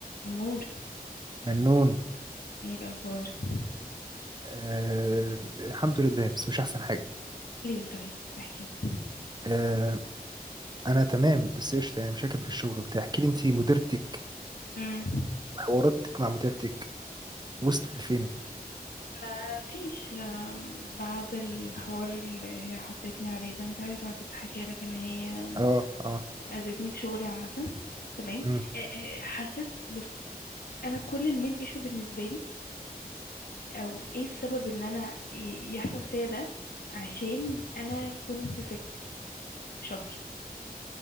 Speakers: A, on the left; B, on the right.
A: أمور
B: منون
A: ايه الأخبار
B: آه الحمد لله بس مش احسن حاجه
A: ليه طيب احكيلي
B: آه انا تمام بس قشطه يعني مشاكل في الشغل وبتاع احكي لي انت مديرتك
A: امم
B: وحواراتك مع مديرتك وصلت لفين
A: ما فيش آم، بعد الحوار اللي هي حطتني عليه ده انت عارف انا كنت حكيه لك ان هي
B: اه اه
A: اذتني في شغلي عامه تمام
B: امم
A: آه، آه، حسيت بص انا كل المين ايشو بالنسبه لي او ايه السبب ان انا ي- يحصل فيا ده عشان انا كنت سك شهر